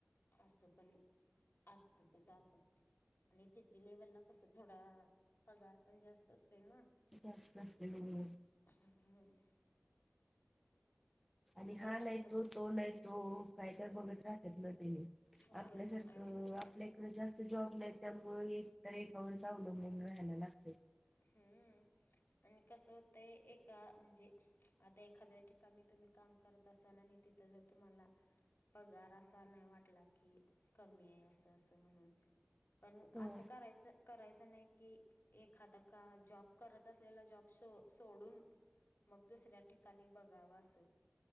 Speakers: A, on the left (about 65°); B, in the centre.
A: असं पण असत ते जातात. आणि सिटी लेव्हलला कस थोडा पगार पण जास्त असत ना.
B: जास्त असते हो हो.
A: हम ह.
B: आणि
A: आहे
B: हा
A: जातात
B: नाही तो, तो नाही तो, काय तर बघत राहत ना ते.
A: होय
B: आपल्या सारख
A: आणि
B: आपलं. जास्त जॉब नाही त्यामुळ एक तर एका आ जावलं म्हून वयला लागत.
A: हम्म आणि कसं होतंय एका म्हणजे. आता एखाद्या ठिकाणी तुम्ही काम करत असाल आणि तिथं जर तुम्हाला. पगार असा नाही वाटला की कमी आहे असं असं म्हणून. पण
B: हा
A: असं करायचं करायचं नाही की एखादा. का जॉब करत असलेला जॉब सोडून. मग दुसऱ्या ठिकाणी बघाव अस